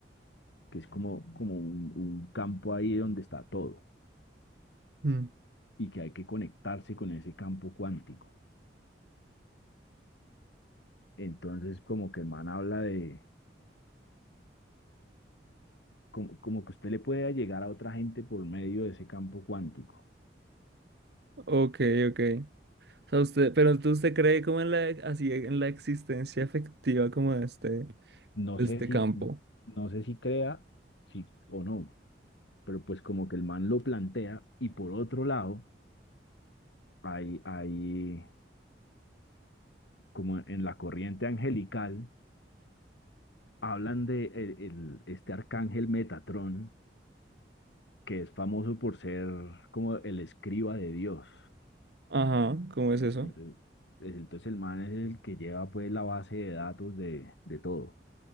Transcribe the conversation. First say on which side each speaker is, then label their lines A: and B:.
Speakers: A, on the left; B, on the right.
A: que es como, como un, un campo ahí donde está todo
B: Mm.
A: y que hay que conectarse con ese campo cuántico. Entonces, como que el man habla de, como, como que usted le puede llegar a otra gente por medio de ese campo cuántico.
B: Ok, ok. O sea, usted, pero entonces usted cree como en la, así, en la existencia efectiva como de este, de
A: No sé
B: este
A: si,
B: campo.
A: no sé si crea, si o no, pero pues como que el man lo plantea y por otro lado, hay, hay como en la corriente angelical, hablan de el- el- este arcángel Metatrón que es famoso por ser como el escriba de Dios.
B: Ajá, ¿cómo es eso?
A: Y Entonces, es- entonces el man es el que lleva pues la base de datos de, de todo.